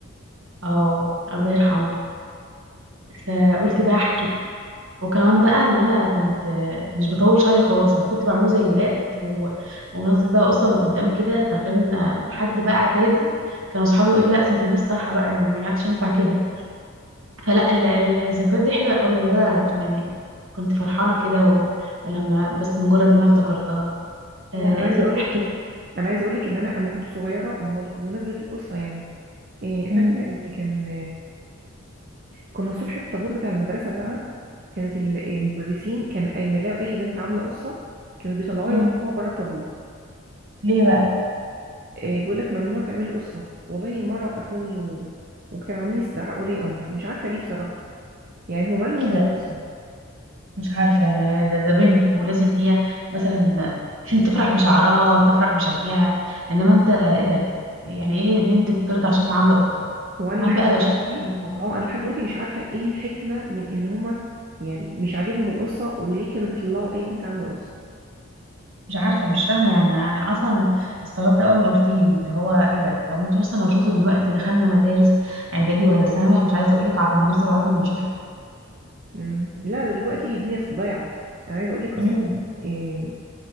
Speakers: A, on the right; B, on the right.
A: اه الله
B: مم.
A: يرحمه فقلت بقى احكي وكمان بقى ان انا كنت مش بطول شعري خالص انا كنت بعمله زي الولاد و... ومنزل بقى قصه من قدام كده فكان لحد بقى اعدادي كانوا اصحابي يقولوا لا لازم تلبس طرحه بقى اللي ما يعرفش ينفع كده فلا ال- ال- الذكريات دي حلوه قوي وانا يعني كنت فرحانه كده و... ولما بس مجرد ما انا افتكرتها آه
B: لا انا
A: انتي
B: عايزه اقول
A: بقى احكي
B: لك
A: لي
B: انا عايزه اقول لك ان انا اما كنت صغيره بمض- بمناسبه القصه يعني إيه، فاكره
A: امم
B: ان كان كنا الصبح في الطابور بتاع المدرسه بقى كانت ال- المدرسين كان اي ما يلاقوا اي بنت عامله قصه كانوا بيطلعوها
A: امم
B: يوقفوها بره الطابور
A: ليه بقى
B: آه، بيقول لك ممنوع تعملي قصه والله مره وقفوني و... وكانوا عاملين لي استدعاء ولي امر مش عارفه ليه بصراحه يعني هم مالهم
A: ايه ده
B: من القصه
A: مش عارفة أنا ده, ده بنت ولازم إن هي مثلا <clears throat> تفرح بشعرها تفرح بشكلها إنما أنت إيه ده يعني إيه بنت ترضى عشان تعامله قطة
B: هو انا
A: أمال
B: لحد
A: بقى
B: دلوقتي
A: لو شافت الاتنين دول
B: اه انا لحد دلوقتي مش عارفه ايه الحكمه من ان هم يعني مش عاجبهم القصه وليه كانوا بيطلعوا اي بنت عامله قصه
A: مش عارفة مش فاهمة يعني أنا أنا أصلا استغربت أول ما قلتيلي اللي هو إيه ده طب أنتوا أصلا لو شفتوا دلوقتي دخلنا مدارس إعدادي ولا ثانوي أنا مش عايزة أقولك على المناظر اللي قعدنا بنشوفها
B: مم. لا دلوقتي الدنيا ضايعه انا عايزه اقول لك اصلا
A: امم
B: آه،